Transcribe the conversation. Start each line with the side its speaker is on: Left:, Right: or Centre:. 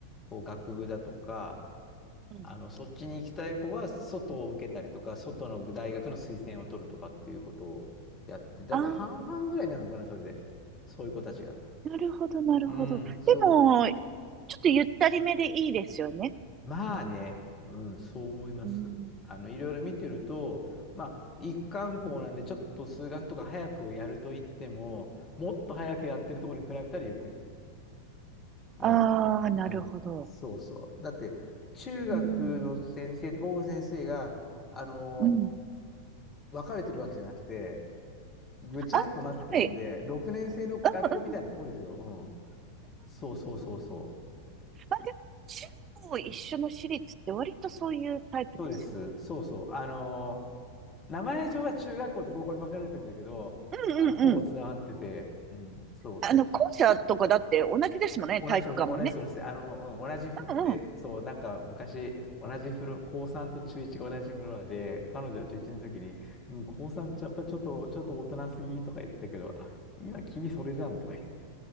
Left: こう学部だとか、
Right: うん
Left: あの、そっちに行きたい子は外を受けたりとか、外の大学の推薦を取るとかっていうことをやって、だいたい半々ぐらいになるのかな、
Right: ああ、
Left: それで。そういう子たちが。
Right: なるほど、なるほど。
Left: うん、そう。
Right: でも、ちょっとゆったりめでいいですよね。
Left: まあね、うん、そう思います。
Right: うん。
Left: あの、いろいろ見てると、まあ、一貫校なんで、ちょっと数学とか早くやると言っても、もっと早くやってるところに比べたらゆっくりね。うん。
Right: ああ、なるほど。
Left: うん。そうそう。だって、中学の先生と高校の先生が、
Right: うん。
Left: あの、
Right: うん。
Left: 分かれてるわけじゃなくて、ぐちゃっとなってるんで、
Right: あ、はい。
Left: 6年生の学校みたいなとこですよ。
Right: うんうん。うん
Left: うん。そうそうそうそう。
Right: まあでも、中高一緒の私立って割とそういうタイプですよね。
Left: そうです。そうそう。あのー名前上は中学校と高校に分かれてるんだけど、
Right: うんうんうん。
Left: あの、ほぼつながってて、うん、そうそうそう。
Right: あの、校舎とかだって同じですもんね、
Left: 同じの、
Right: 体育館もね。
Left: 同じの、あの、うん、同じフロで、
Right: うんうん。
Left: そう、なんか昔、同じフロ、高3と中1が同じフロアで、彼女は中1の時に、うん、高3ってやっぱりちょっと、ちょっと大人すぎとか言ったけど、あ、今君それじゃんとか言って、